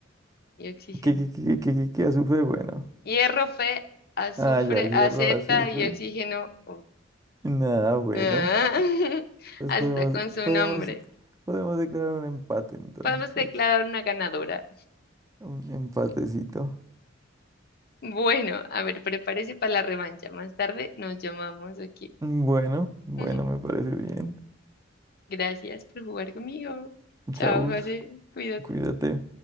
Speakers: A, on the left (about 50°); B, on the right (about 15°).
A: y oxígeno.
B: ¿Qué, qué, qué, qué, qué, qué, qué? azufre? Bueno.
A: Hierro, fe, azufre,
B: Ah, ya, hierro,
A: aceta
B: azufre.
A: y oxígeno. oh.
B: Nada, bueno.
A: Ah, <laughs>
B: Entonces
A: Hasta
B: podemos,
A: con su
B: podemos,
A: nombre.
B: podemos declarar un empate entonces
A: Podemos declarar
B: aquí.
A: una ganadora.
B: Un empatecito.
A: Bueno, a ver, prepárese para la revancha. Más tarde nos llamamos aquí.
B: Bueno, bueno,
A: <laughs>
B: me parece bien.
A: Gracias por jugar conmigo. Chao,
B: Chau.
A: José. Cuídate.
B: Cuídate.